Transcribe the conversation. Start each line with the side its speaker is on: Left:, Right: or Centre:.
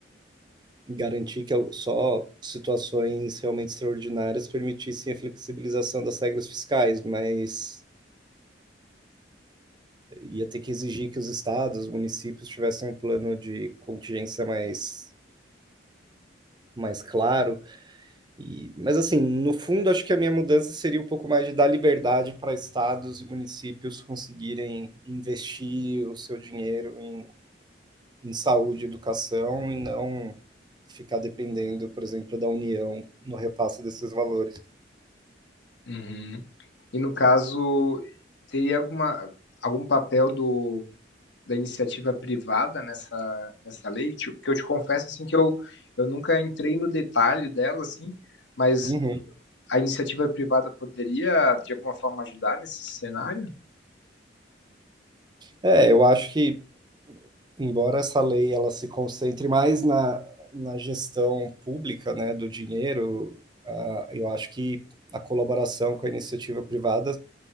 Right: garantir que só situações realmente extraordinárias permitissem a flexibilização das regras fiscais, mas ia ter que exigir que os estados, os municípios tivessem um plano de contingência mais mais claro. E, mas assim, no fundo, acho que a minha mudança seria um pouco mais de dar liberdade para estados e municípios conseguirem investir o seu dinheiro em, em saúde e educação e não ficar dependendo, por exemplo, da União no repasse desses valores.
Left: Uhum. E no caso, teria alguma, algum papel do da iniciativa privada nessa, nessa lei, tipo, que eu te confesso assim que eu, eu nunca entrei no detalhe dela, assim, mas
Right: Uhum.
Left: a iniciativa privada poderia de alguma forma ajudar nesse cenário?
Right: É, eu acho que, embora essa lei ela se concentre mais na, na gestão pública, né, do dinheiro, ah, eu acho que a colaboração com a iniciativa privada